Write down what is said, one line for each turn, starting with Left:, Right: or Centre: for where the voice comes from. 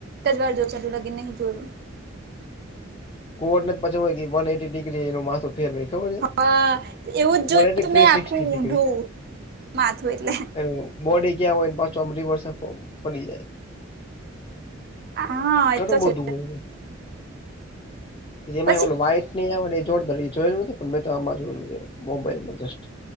Right: એક જ વાર જોયું છે એટલું લગીન નહી જોયું.
Left: ઘુવડને તો પછી વન એઈટી ડિગ્રી એનું માથું ફેરવે. ખબર છે.
Right: હા એવું જ જોયું
Left: વન એટી
Right: તું
Left: થ્રી
Right: મેં
Left: સિક્સટી
Right: આખું
Left: ડિગ્રી
Right: ઊઢું માથું એટલે.
Left: એનું બોડી ક્યાં હોય ને પાછો આમ રિવર્ આખો ફરી જાય.
Right: હા
Left: ઘણું
Right: એ તો
Left: બધું
Right: છે
Left: હોય છે. એમાં
Right: પછી
Left: ઓલો વાઈટ ને આવે ને એ જોરદાર એ જોયેલું નથી પણ મે તો આમાં જોયેલું છે મોબાઈલમાં જસ્ટ.